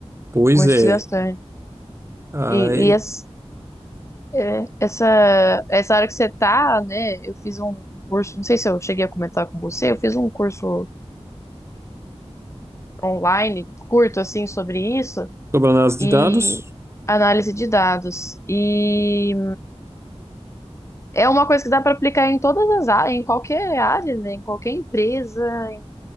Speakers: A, on the right (about 25°); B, on the left (about 25°).
A: Pois
B: muito
A: é.
B: desgastante.
A: Aí,
B: E, e es- é, essa, essa área que você tá, né? Eu fiz um um curso, não sei se eu cheguei a comentar com você, eu fiz um curso online curto assim sobre isso
A: sobre análise
B: e
A: de dados.
B: análise de dados. E é uma coisa que dá para aplicar em todas as áreas, em qualquer área, né? Em qualquer empresa, em